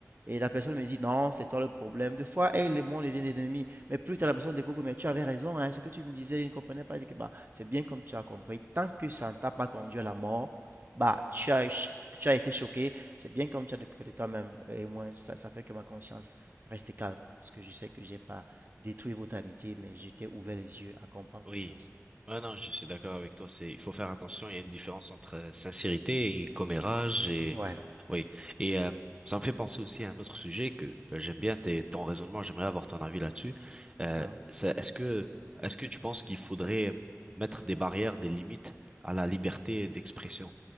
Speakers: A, on the right; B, on the right.
A: Et la personne me dit, non, c'est toi le problème. Des fois, elle et moi, on devient des ennemis. Mais plus tard, la personne découvre, mais tu avais raison, hein, ce que tu me disais, je ne comprenais pas. Je dis que, bah, c'est bien comme tu as compris. Tant que ça ne t'a pas conduit à la mort, bah, tu as, tu as été choqué. C'est bien comme tu as découvert de toi-même. Et moi, ça, ça fait que ma conscience reste calme. Parce que je sais que j'ai pas détruit votre amitié, mais j'étais ouvert les yeux à comprendre
B: Oui.
A: quelque chose.
B: Ah non, je suis d'accord avec toi. C'est, il faut faire
A: hein.
B: attention. Il y a une différence entre euh, sincérité et commérage et
A: Ouais,
B: oui. Et euh, ça me fait penser aussi à un autre sujet que ben, j'aime bien tes- ton raisonnement. J'aimerais avoir ton avis là-dessus.
A: d'accord.
B: Euh, ça- est-ce que est-ce que tu penses qu'il faudrait mettre des barrières, des limites à la liberté d'expression?